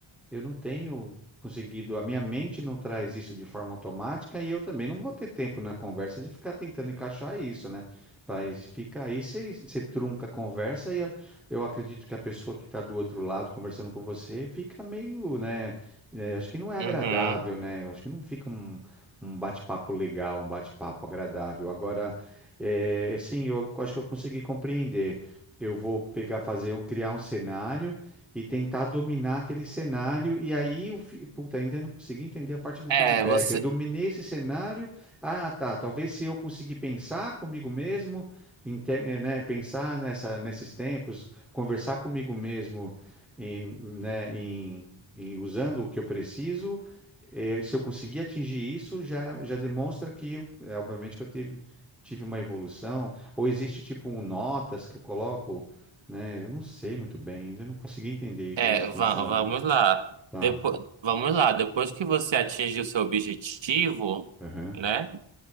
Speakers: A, in the centre; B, on the right.
A: eu não tenho conseguido, a minha mente não traz isso de forma automática e eu também não vou ter tempo na conversa de ficar tentando encaixar isso, né? Mas fica aí, você você trunca a conversa e a- eu acredito que a pessoa que está do outro lado conversando com você fica meio, né? é, acho que não é agradável,
B: uhum.
A: né? Eu acho que não fica um, um bate-papo legal, um bate-papo agradável. Agora, é, assim, eu acho que eu consegui compreender. Eu vou pegar, fazer um, criar um cenário e tentar dominar aquele cenário. E aí, o fi- puta, ainda não consegui entender a parte do
B: É,
A: feedback.
B: você,
A: Eu dominei esse cenário. Ah, tá. Talvez se eu conseguir pensar comigo mesmo, inte- eh, né, pensar nessa, nesses tempos, conversar comigo mesmo, em, né, em, em usando o que eu preciso. eh, se eu conseguir atingir isso, já, já demonstra que, eu- é, obviamente, que eu teve, tive uma evolução. Ou existe tipo um notas que eu coloco, né? Eu não sei muito bem, ainda não consegui entender
B: é,
A: como isso funciona.
B: va- vamos lá.
A: Tá,
B: Depois, vamos lá. Depois que você atinge o seu objetivo,
A: aham,
B: né?